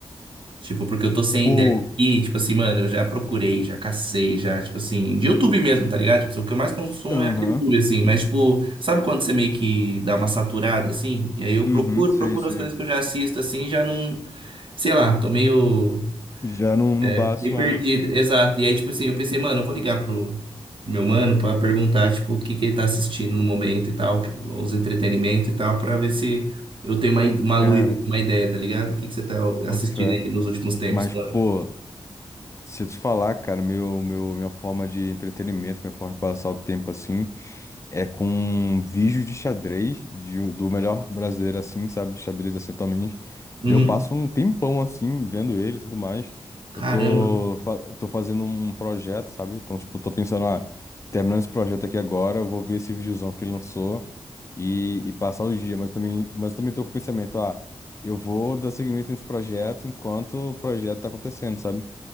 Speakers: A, on the right; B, on the left.
A: Tipo, porque eu tô sem
B: pô,
A: ideia. E tipo assim, mano, eu já procurei, já cacei, já, tipo assim, de YouTube mesmo, tá ligado? Tipo, assim, o que eu mais consumo
B: aham,
A: é YouTube assim, mas tipo, sabe quando você meio que dá uma saturada assim? E aí eu
B: Uhum,
A: procuro,
B: sei,
A: procuro
B: sei.
A: as coisas que eu já assisto assim, já não, sei lá, tô meio
B: Já não, não
A: é
B: bate,
A: Bem
B: mas.
A: perdido, exato. E aí, tipo assim, eu pensei, mano, eu vou ligar pro meu mano pra perguntar, tipo, o que que ele tá assistindo no momento e tal, que- os entretenimentos e tal, pra ver se eu tenho uma, i- uma luz,
B: Cara,
A: uma ideia, tá ligado? O que que você tá
B: boto
A: assistindo
B: fé.
A: aí nos últimos tempos,
B: Mas,
A: mano?
B: pô, se eu te falar, cara, meu, meu, minha forma de entretenimento, minha forma de passar o tempo assim. É com vídeos de xadrez de o- do melhor brasileiro, assim, sabe? Xadrez, assim, atualmente.
A: Uhum.
B: Daí Eu passo um tempão, assim, vendo ele e tudo mais.
A: Caramba,
B: Eu tô, fa- tô fazendo um um projeto, sabe? Então, tipo, tô pensando, ah, terminando esse projeto aqui agora, eu vou ver esse videozão que ele lançou e, e passar o dia. Mas eu também, mas eu também tô com o pensamento, ah, eu vou dar seguimento nesse projeto enquanto o projeto tá acontecendo, sabe?